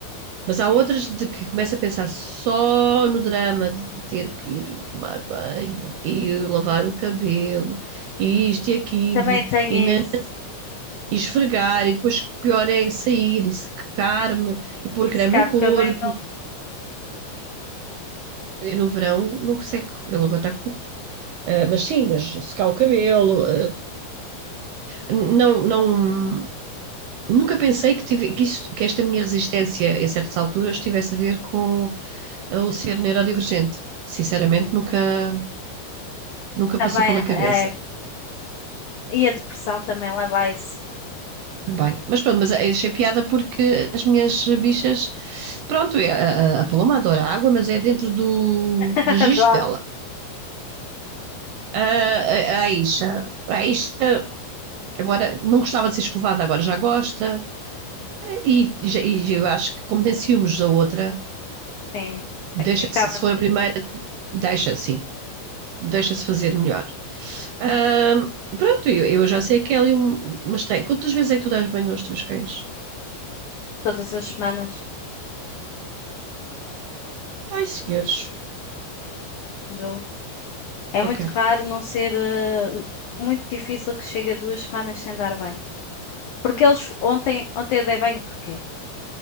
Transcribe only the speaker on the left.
Também tem
isso.
E
secar
o cabelo
também
é, e a depressão também leva a isso.
<laughs>
Do algo,
sim.
Acaba
todas as semanas.
do. É muito
raro não ser, eh, muito difícil que chegue a duas semanas sem dar banho. Porque eles f- ontem, ontem eu dei banho porque